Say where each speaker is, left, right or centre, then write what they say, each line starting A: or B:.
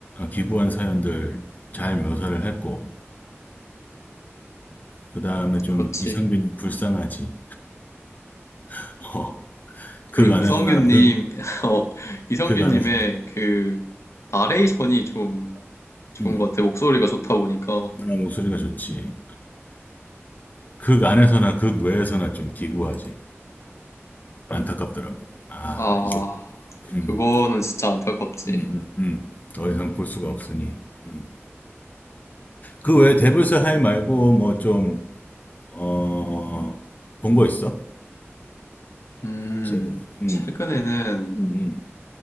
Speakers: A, on the left (about 35°); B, on the left (about 80°).
A: 기부한 사연들 잘 묘사를 했고, 그 다음에 좀
B: 그렇지.
A: 이상균이 불쌍하지. <laughs> 어, 극
B: 그리고
A: 안에서나,
B: 이성균님,
A: 극,
B: <laughs> 어, 이성균님의
A: 극 안에서나,
B: 그 나레이션이 좀 좋은
A: 음,
B: 것 같아. 목소리가 좋다 보니까.
A: 아, 목소리가 좋지. 극 안에서나, 극 외에서나 좀 기구하지. 안타깝더라고. 아,
B: 아,
A: 이제, 음,
B: 그거는 진짜 안타깝지.
A: 음, 음, 음. 더 이상 볼 수가 없으니. 음. 그 외에 데블스 하이 말고 뭐좀 어, 본 거 있어?
B: 음,
A: 최근에. 음,
B: 최근에는,
A: 음, 음.